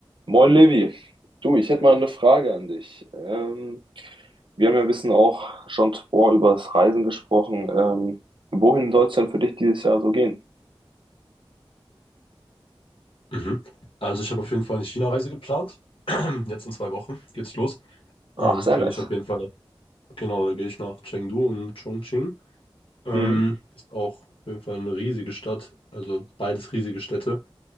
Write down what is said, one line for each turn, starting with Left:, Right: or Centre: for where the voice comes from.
Right: Moin Levi, du, ich hätte mal eine Frage an dich. Ähm, wir haben ja ein bisschen auch schon vor über das Reisen gesprochen. Ähm, wohin soll es denn für dich dieses Jahr so gehen?
Left: Mhm. Also ich habe auf jeden Fall eine China-Reise geplant. <clears throat> Jetzt in zwei Wochen geht's los.
Right: Ach,
Left: Ähm,
Right: sehr
Left: da
Right: nice.
Left: gehe ich auf jeden Fall, genau, da gehe ich nach Chengdu und Chongqing. Ähm,
Right: Mhm.
Left: ist auch auf jeden Fall eine riesige Stadt, also beides riesige Städte.